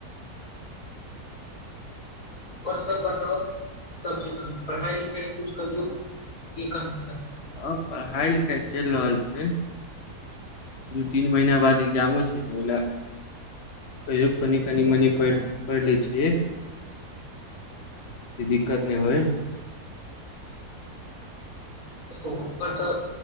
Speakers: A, on the left; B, on the left.
A: आओर सब बता सब पढ़ाइ लिखाइ करिय <unintelligible>
B: ह पढ़ाइ लिखाइ चलि रहल छै दू तीन महीना बाद एग्जामो छै त ओहि लऽ कहियो कनि कनि मनि पढ़ि ले छियै दिक्कत नहि होय
A: तऽ ओकर तो